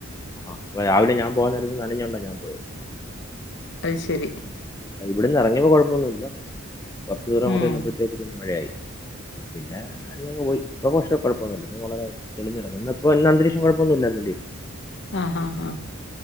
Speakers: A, on the left; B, on the left.
A: ആഹ് അപ്പോ രാവിലെ ഞാൻ പോകാൻ നേരത്ത് നനഞ്ഞൊണ്ടാ ഞാൻ പോയത്
B: അത് ശരി.
A: ഇവിടുന്ന് എറങ്ങിയപ്പോ കൊഴപ്പൊന്നുല്ല കൊറച്ച് ദൂരം
B: ഉം.
A: അങ്ങോട്ട് ചെന്നപ്പോഴത്തേക്ക് മഴയായി പിന്നെ അങ്ങനങ് പോയി ഇപ്പൊ പക്ഷെ കൊഴപ്പമൊന്നുല്ല ഇപ്പോ വളരെ തെളിഞ്ഞികിടക്കുന്നു ഇപ്പൊ ഇന്ന് അന്തരീക്ഷം കൊഴപ്പൊന്നുമില്ലായിരുന്നല്ലേ
B: ആഹ് ആഹ് ആഹ്